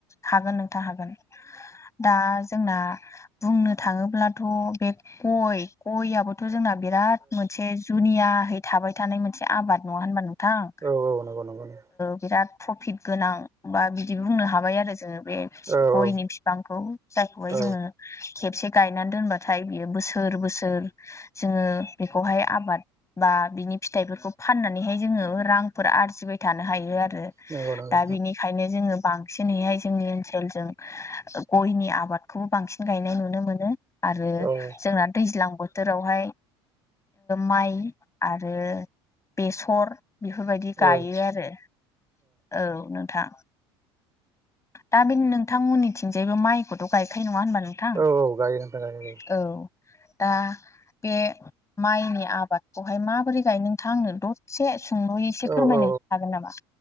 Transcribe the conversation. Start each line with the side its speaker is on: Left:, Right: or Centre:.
Left: हागोन नोंथाङ हागोन। दा जोंना बुंनो थाङोब्लाथ' बे गय गय आबोथ' जोंना बिराद मोनसे जुनियाहै थाबाय थानाय मोनसे आबाद नङा होनबा? नों थां
Right: हागोन ना?
Left: बिराद प्रफिट गोनां बिदि बुंनो हाबाय आरो जोङो। बे
Right: औ
Left: गयनि
Right: औ नंगौ औ
Left: बिफांखौ जायखौहाय
Right: औ
Left: जोङो खेबसे गायनानै दबाथाय बियो बोसोर बोसोर जोङो बेखौहाय आबाद बा बिनि फिथाय फोरखौहाय फाननानै जोङो रां आरजि थानो हायो आरो
Right: नंगौ नंगौ
Left: द बिनि बेंखायनो जोङो बांसिनैहाय जोंनि ओनसोलजों गयनि आबादखौबो बांसिन गायनाय नुनो मोनो। आरो
Right: औ औ
Left: जोंना दैज्लां बोथोरावहाय माइ आरो आरो बेसर बेफोरबायदि गायो
Right: औ
Left: आरो औ नोंथां। दा बे नोंथांमोननिथिंजायबो माइखौथ' गायखायो नङा होनबा? नोंथां।
Right: औ औ गायो गायो गायो
Left: औ दा बे माइनि आबादखौहाय माबोरै गायो नोंथां? आंनो दसे सुंदयै एसे
Right: औ
Left: फोरमायनो
Right: औ
Left: हागोन नामा?